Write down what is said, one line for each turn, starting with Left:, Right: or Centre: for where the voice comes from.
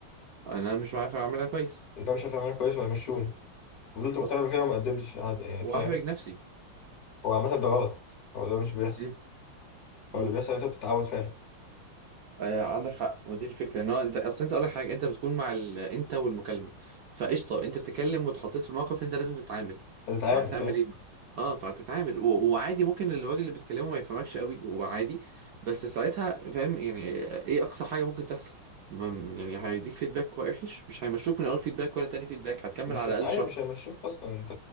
Right: انا مش عارف اعملها كويس
Left: ان انا مش عارف اعملها كويس وهيمشوني وفضلت مقتنع
Right: صح
Left: بكده وما قدمتش على حد يعني
Right: واحرج
Left: فاهم
Right: نفسي
Left: هو عامة ده غلط هو ده مش بيحصل
Right: مم. مم.
Left: هو اللي بيحصل إن انت بتتعود فعلا
Right: آه، عندك حق ودي الفكره ان هو انت اصل انت اقول لك حاجه انت بتكون مع ال... انت والمكالمه فقشطه انت بتتكلم واتحطيت في موقف انت لازم تتعامل
Left: هتتعامل
Right: صح فهتعمل
Left: فاهم
Right: ايه بقى؟ اه فهتتعامل و... وعادي ممكن الراجل اللي بيتكلمه ما يفهمكش قوي وعادي بس ساعتها فاهم يعني ايه اقصى حاجه ممكن تحصل ما... يعني هيديك فيدباك وحش مش هيمشوك من اول فيدباك ولا تاني فيدباك هتكمل
Left: مش
Right: على
Left: ايوه
Right: الاقل شهر
Left: مش هيمشوك اصلا انت